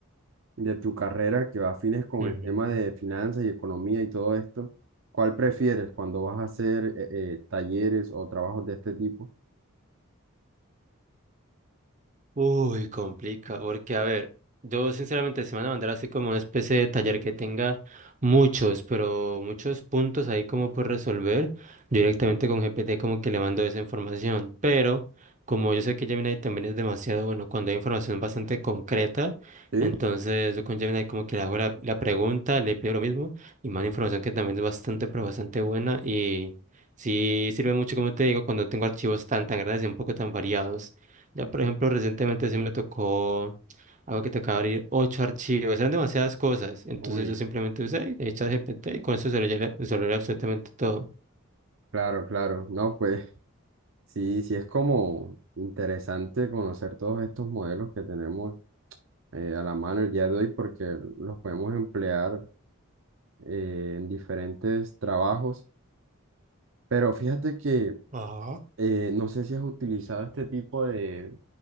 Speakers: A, on the right; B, on the right.
A: de tu carrera que va afines con
B: Ujú.
A: el tema de finanzas y economía y todo esto, ¿cuál prefieres cuando vas a hacer eh, eh, talleres o trabajos de este tipo?
B: Uy, complica, porque a ver, yo sinceramente se van a mandar así como una especie de taller que tenga muchos, pero muchos puntos ahí como por resolver, yo directamente con GPT como que le mando esa información, pero como yo sé que Gemini también es demasiado bueno cuando hay información bastante concreta,
A: ¿Sí?
B: entonces yo con Gemini como que le hago la, la pregunta, le pido lo mismo y mando información que también es bastante, pero bastante buena y sí sirve mucho, como te digo, cuando tengo archivos tan, tan grandes y un poco tan variados. Ya, por ejemplo, recientemente sí me tocó algo que tocaba abrir ocho archivos, eran demasiadas cosas, entonces
A: Uy,
B: yo simplemente usé eh, ChatGPT y con eso se lo llené- absolutamente todo.
A: claro, claro. No, pues <laughs> sí, sí es como interesante conocer todos estos modelos que tenemos eh, a la mano el día de hoy porque los podemos emplear eh, en diferentes trabajos. Pero fíjate que
B: Ajá.
A: eh, no sé si has utilizado este tipo de